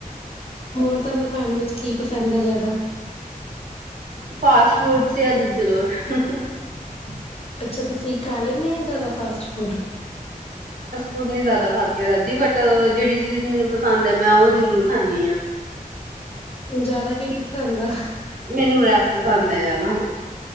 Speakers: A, on the left (about 40°); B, on the right (about 70°).
A: ਹੋਰ ਤੁਹਾਨੂੰ ਖਾਣ ਵਿੱਚ ਕੀ ਪਸੰਦ ਹੈ ਜ਼ਿਆਦਾ?
B: ਫਾਸਟ ਫੂਡ ਯਾ <unintelligible>
A: ਅੱਛਾ ਤੁਸੀਂ ਖਾ ਲੈਂਦੇ ਆ ਜ਼ਿਆਦਾ ਫਾਸਟ ਫੂਡ?
B: ਹੁਣ ਨੀ ਜ਼ਿਆਦਾ ਖਾ ਕੇ ਰਾਜੀ ਬਟ ਜਿਹੜੀ ਚੀਜ਼ ਮੈਨੂੰ ਪਸੰਦ ਹੈ ਮੈਂ ਉਹ ਜ਼ਰੂਰ ਖਾਂਨੀ ਆ।
A: ਜਿਆਦਾ ਕਿਹੜੀ ਪਸੰਦ ਆ?
B: ਮੈਨੂੰ ਰੈਪ ਪਸੰਦ ਹੈ ਹਣਾ